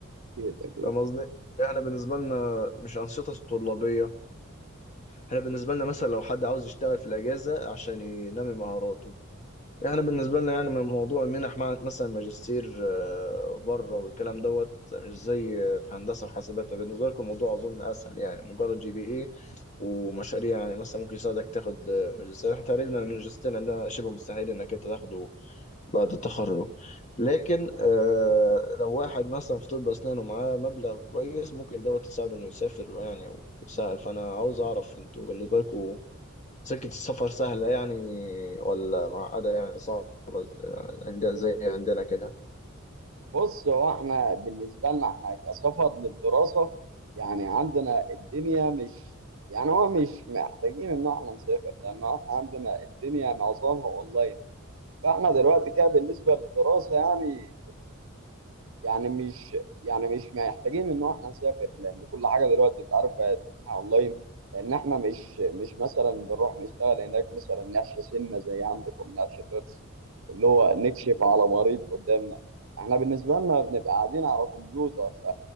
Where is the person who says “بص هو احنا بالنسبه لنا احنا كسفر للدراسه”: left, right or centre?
Right